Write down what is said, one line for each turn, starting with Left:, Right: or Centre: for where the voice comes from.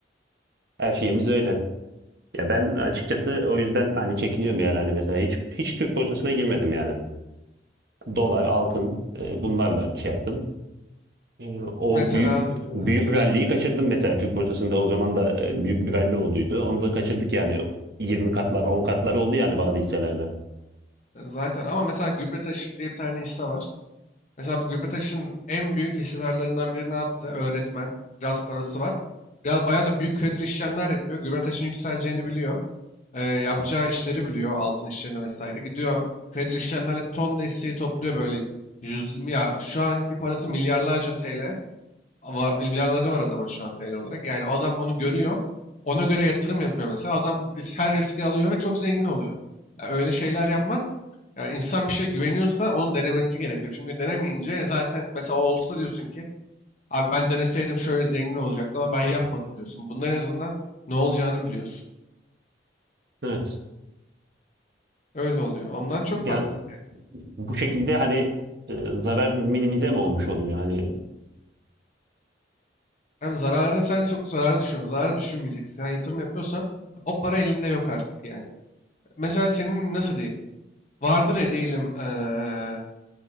Right: Her şeyimiz öyle. Ya ben açıkçası o yüzden hani çekiniyorum yani hani mesela hiç hiç Türk borsasına girmedim yani. Dolar, altın, eee, bunlarla şey yaptım. Eee, o
Left: Mesela
Right: büyük büyük
Left: evet
Right: rally'yi kaçırdım mesela Türk borsasında o zaman da, eee, büyük bir rally olduydu. Onu da kaçırdık yani. 20 katlar, 10 katlar oldu yani bazı hisselerde.
Left: e, zaten ama mesela gübre taşır diye bir tane hisse var. Mesela bu Gülbetaş'ın en büyük hissedarlarından biri ne yaptı? Öğretmen. Biraz parası var. Biraz bayağı da büyük kredili işlemler yapıyor. Gülbetaş'ın yükseleceğini biliyor. Ee, yapacağı işleri biliyor. Altın işlerini vesaire. Gidiyor kredili işlemlerle tonla hisseyi topluyor böyle. Yüz, ya şu anki parası milyarlarca TL var, milyarları var adamın şu an TL olarak. Yani adam onu görüyor. Ona göre yatırım yapıyor mesela. Adam ris- her riski alıyor ve çok zengin oluyor. Ya öyle şeyler yapmak ya insan bir şey güveniyorsa onun denemesi gerekiyor. Çünkü denemeyince zaten mesela o olsa diyorsun ki abi ben deneseydim şöyle zengin olacaktım ama ben yapmadım diyorsun. Bunların en azından ne olacağını biliyorsun.
Right: Evet.
Left: Öyle oluyor. Ondan çok
Right: yani
Left: fark var yani.
Right: bu şekilde, hani, ııı, zarar minimize mi olmuş oluyor? Hani,
Left: Hem zararı sen çok zararı düşünüyorsun. Zararı düşünmeyeceksin. Sen yatırım yapıyorsan o para elinde yok artık yani. Mesela senin nasıl diyeyim? vardır ya diyelim eee,